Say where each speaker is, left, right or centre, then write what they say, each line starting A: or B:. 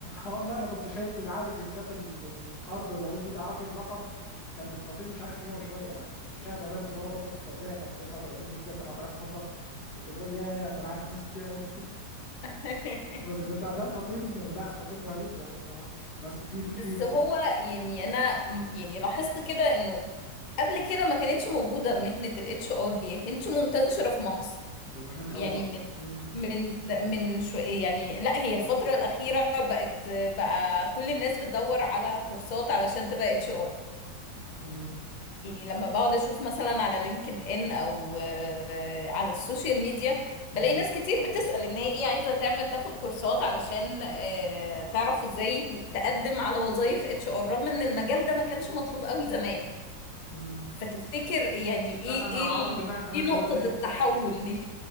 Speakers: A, on the left; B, on the left.
A: آه والله انا كنت شايف عدد الجنسيات ال- الارض لو انت تعرفي الرقم كان الفاطمي مش عارف 100 وشويه انا كنت في الشارع الدوليه للتجاره برضو في السعوديه كان 39 جنسيه 7000 موظف كنت بقول يا ده انا عارف ناس كتير قوي
B: <laughs>
A: بس كنت قبلها الفطيم لا الفطيم رهيب يعني الصراحة ناس كتير كتير
B: بس
A: في
B: هو يعني انا م- يعني لاحظت كده انه قبل كده ما كانتش موجودة مهنة الاتش ار دي ما كانتش منتشرة في مصر
A: ده زمان
B: يعني
A: قوي بقى
B: من
A: امم
B: من من شو يعني لا هي الفترة الأخيرة بقت بقى كل الناس بتدور على كورسات علشان تبقى اتش ار
A: امم
B: يعني لما بقعد اشوف مثلا على لينكد ان او آه، على السوشيال ميديا
A: امم
B: بلاقي ناس كتير بتسأل ان هي عايزة تعمل تاخد كورسات علشان آه، تعرف ازاي تقدم على وظائف اتش ار رغم ان المجال ده ما كانش مطلوب قوي زمان
A: امم
B: فتفتكر يعني ايه
A: لا انا
B: ايه
A: اعرف
B: ال-
A: انها كمان
B: ايه نقطة
A: دلوقتي
B: التحول دي؟